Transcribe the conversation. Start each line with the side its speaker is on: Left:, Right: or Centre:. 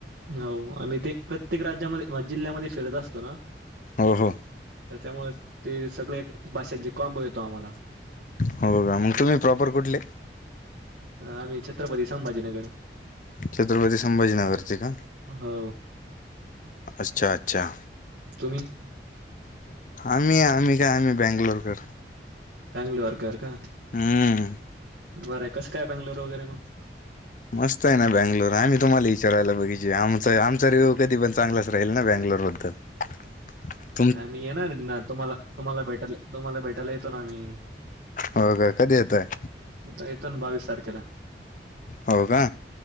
Right: हो आम्ही ते प्रत्येक राज्यामध्ये जिल्ह्यामध्ये फिरत असतो ना
Left: हो हो
Right: त्याच्यामुळे ते सगळे भाषेत जे कॉम्बो येतो आम्हाला
Left: हो का मग तुम्ही प्रॉपर कुठले
Right: आम्ही छत्रपती संभाजीनगर
Left: छत्रपती संभाजीनगरचे का
Right: हो
Left: अच्छा अच्छा
Right: तुम्ही
Left: आम्ही आम्ही काय आम्ही बेंगलोरकर
Right: बेंगलोरकर का
Left: हं
Right: बरं आहे कसं काय बेंगलोर वगैरे मग
Left: मस्त आहे ना बँंगलोर आम्ही तुम्हाला विचारायला पाहिजे आमचा आमचा रिव्यू कधी पण चांगलाच राहील ना बँंगलोरवर तर
Right: आम्ही येणार आहेत ना तुम्हाला तुम्हाला भेटायला तुम्हाला भेटायला येतो ना आम्ही
Left: हो का कधी येताय
Right: आता येतो ना बावीस तारखेला
Left: हो का